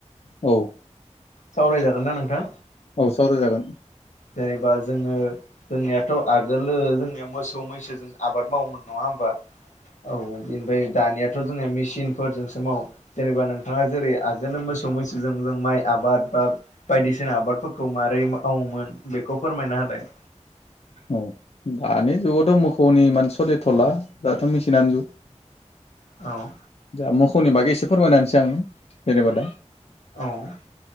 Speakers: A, on the left; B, on the left.
A: औ
B: सावरायजागोनना नोंथां
A: औ सावराय जागोन
B: जेनेबा जोङो। जोंनियाथ' आगोलो जोंनिया मोसौ मैसोजों आबाद मावोमोन नङा होमबा। औ बेनिफ्राय दानियाथ' जोंनिया मेसिनफोरजोंसो मावो जेनेबा नोंथाङा जेरै आगोल मोसौ मैसोजों जों माइ आबाद बा बायदिसिना आबादफोरखौ मारै मावोमोन बेखौ फोरमायना होलाय
A: औ दानि जुगावथ' मोखौनि एमान सोलिथ'ला दाथ' मेसिनानो जुग
B: औ।
A: दा मोखौनि बागै एसे फोरमायना होनोसै आङो जेनेबा दा
B: औ